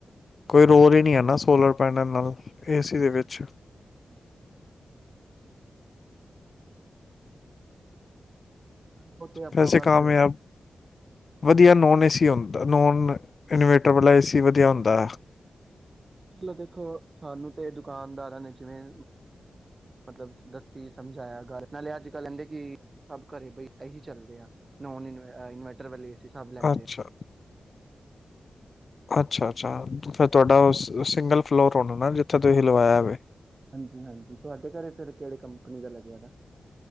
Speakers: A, on the left (about 60°); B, on the right (about 45°).
A: ਕੋਈ ਰੋਲ ਈ ਨਈਂ ਐ ਨਾਂ ਸੋਲਰ ਪੈਨਲ ਨਾਲ ਏਸੀ
B: ਅੱਛਾ
A: ਦੇ ਵਿੱਚ
B: ਅ ਚਲੋ ਉਹ ਤੇ ਆਪਾਂ
A: ਵੈਸੇ
B: ਬਸ
A: ਕਾਮਯਾਬ ਵਧੀਆ ਨੋਨ ਏਸੀ ਹੁੰਦਾ ਨੋਨ ਇਨਵੇਟਰ ਵਾਲਾ ਏਸੀ ਵਧੀਆ ਹੁੰਦਾ।
B: ਚਲੋ, ਦੇਖੋ ਸਾਨੂੰ ਤੇ ਦੁਕਾਨਦਾਰਾਂ ਨੇ ਜਿਵੇਂ ਮਤਲਬ ਦੱਸੀ ਸਮਝਾਇਆ, ਗੱਲ ਨਾਲੇ ਅੱਜ ਕੱਲ ਕਹਿੰਦੇ ਕਿ ਸਭ ਘਰੇ ਬਈ ਇਹੀ ਚੱਲਦੇ ਆ ਨੋਨ ਇ ਇਨਵਰਟਰ ਵਾਲੇ ਏਸੀ ਸਭ ਲੈਂਦੇ
A: ਅੱਛਾ।
B: ਆ
A: ਅੱਛਾ, ਅੱਛਾ। ਫਿਰ ਤੁਆਡਾ
B: ਹਾਂਜੀ
A: ਉਹ ਉਸ ਸਿੰਗਲ ਫਲੋਰ ਹੋਨਾ ਨਾਂ ਜਿੱਥੇ ਤੁਸੀਂ ਲਵਾਇਆ ਵੇ।
B: ਹਾਂਜੀ, ਹਾਂਜੀ ਤੁਆਡੇ ਘਰੇ ਫਿਰ ਕਿਹੜੇ ਕੰਪਨੀ ਦਾ ਲੱਗਿਆ ਦਾ